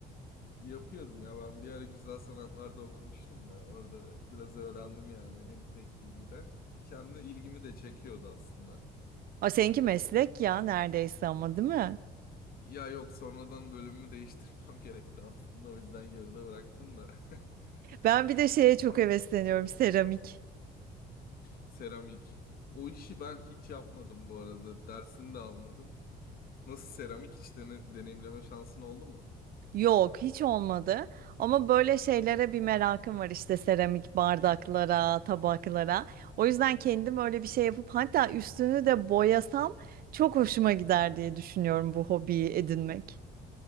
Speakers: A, on the left (about 60°); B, on the right (about 60°).
A: Yapıyordum ya ben bir ara güzel sanatlarda okumuştum da orada biraz öğrendim yani hem tekniğini de. Kendi ilgimi de çekiyordu aslında.
B: Ha seninki meslek ya neredeyse ama değil mi?
A: Ya yok sonradan bölümümü değiştirmem <laughs> gerekti aslında o yüzden yarıda bıraktım da. <laughs>
B: Ben bir de şeye çok
A: Ama
B: hevesleniyorum seramik.
A: seramik. O işi ben hiç yapmadım bu arada. Dersini de almadım. Nasıl seramik hiç dene- deneyimleme şansın oldu mu?
B: Yok, hiç olmadı. Ama böyle şeylere bir merakım var işte seramik bardaklara, tabaklara. O yüzden kendim öyle bir şey yapıp hatta üstünü de boyasam çok hoşuma gider diye düşünüyorum bu hobiyi edinmek.